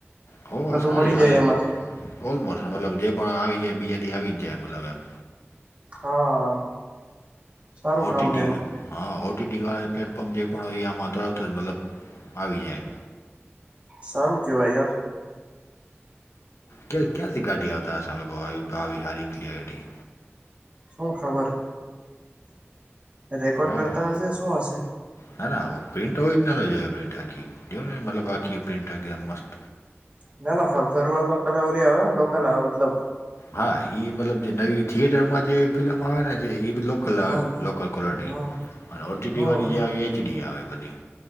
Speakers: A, on the left (about 85°); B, on the right (about 30°).
A: હો
B: બધું
A: આ સારી
B: મળી
A: હાલે
B: જાય એમાંથી
A: ઓલમોસ્ટ મતલબ જે પણ આવી જાય બીજા દી આવી જાય મતલબ એમ
B: હા સારું
A: ઓટીટી
B: કામ હે એનું
A: હા ઓટીટીવાળા પ્લેટફોર્મ જે પણ હોય આમાં તરત જ મતલબ આવી જાય
B: સારું કેવાય યાર
A: ક્યાંથી કાઢી આવતા હશે આ લોકો આવી આવી હારી ક્લીયારિટી
B: શું ખબર રેકોર્ડ
A: હા
B: કરતા હશે શું હશે?
A: ના ના પ્રિન્ટ ઓરિજિનલ જ હોય પ્રિન્ટ આખી જો મતલબ બાકી પ્રિન્ટ એકદમ મસ્ત
B: ના ના શરૂઆત પેલા ઓલી આવે ને લોકલ આવે મતલબ
A: હા મતલબ જે નવી થિયેટર માં જે ફિલ્મ આવે ને જે એ મતલબ કલર
B: હા હા
A: લોકલ કલટી
B: હા
A: અને ઓટીટી
B: હા
A: વાળી જે આવી એચડી આવે બધી